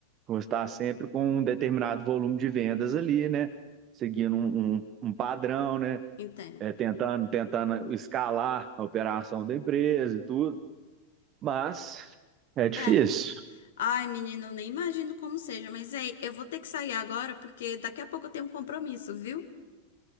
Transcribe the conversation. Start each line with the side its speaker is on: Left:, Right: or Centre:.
Right: vou estar sempre com um determinado volume de vendas ali, né? Seguindo um, um, um padrão, né?
Left: Entendo.
Right: É, tentando, tentando escalar a operação da empresa e tudo. Mas é difícil.
Left: É. Ai, menina, eu nem imagino como seja, mas ei, eu vou ter que sair agora porque daqui a pouco eu tenho um compromisso, viu?